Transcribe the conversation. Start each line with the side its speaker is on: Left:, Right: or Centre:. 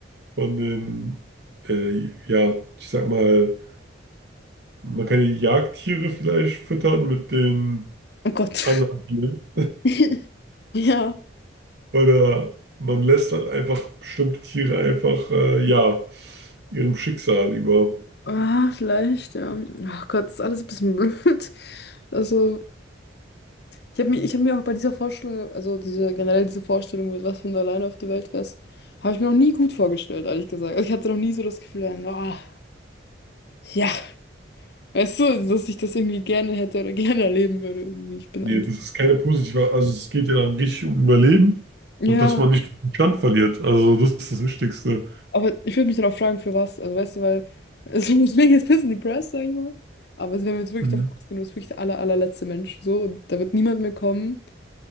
Right: von den, äh, ja, ich sag mal, man kann ja die Jagdtiere vielleicht füttern mit den
Left: Oh Gott.
Right: anderen Tieren.
Left: <laughs> Ja.
Right: Oder man lässt halt einfach bestimmte Tiere einfach, äh, ja, ihrem Schicksal über.
Left: Ah, vielleicht, ja. Ach Gott, ist alles ein bisschen blöd. Also, ich habe mir, ich hab mir auch bei dieser Vorstellung, also diese, generell diese Vorstellung mit, was wenn du alleine auf der Welt wärst, habe ich mir noch nie gut vorgestellt, ehrlich gesagt. Also ich hatte noch nie so das Gefühl, ah, ja, weißt du, dass ich das irgendwie gerne hätte oder gerne erleben würde. Irgendwie. Ich bin
Right: Nee,
Left: eigentlich.
Right: das ist keine positive, also es geht ja dann richtig um Überleben
Left: Ja.
Right: und dass man nicht den Stand verliert. Also das ist das Wichtigste.
Left: Aber ich würde mich dann auch fragen, für was. Also weißt du, weil es <laughs> deswegen jetzt ein bisschen depressed, sag ich mal. Aber also, wenn wir jetzt wirklich
Right: Mhm.
Left: davon ausgehen, du bist wirklich der aller, allerletzte Mensch, so, und da wird niemand mehr kommen.